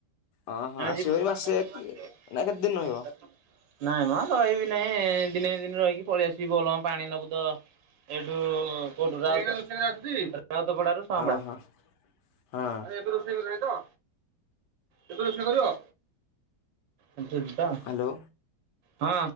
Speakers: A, on the left; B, on the right.
A: ଓହୋ
B: ହଁ <unintelligible>
A: ଆସିବ ଏଇ ମାସେ କି ନା କେତେ ଦିନ ରହିବ
B: ନାଇଁ ମା ରହିବି ନାହିଁ ଦିନେ ଦିଦିନି ରହିକି ପଳେଇଆସିବି ବୋଲ୍ ବମ୍ ପାଣି ନବୁତ ଏଇଠୁ କୋଉଠୁ <unintelligible> ରାଉତପଡାରୁ ହଁ
A: ଓହୋ
B: ବା
A: ହଁ
B: ଆରେ ଏବେ ରୋଷେଇ କରିବାନାହିଁ ତ? ଏବେ ରୋସେଇ କରିବ? <unintelligible>
A: ହ୍ୟାଲୋ।
B: ହଁ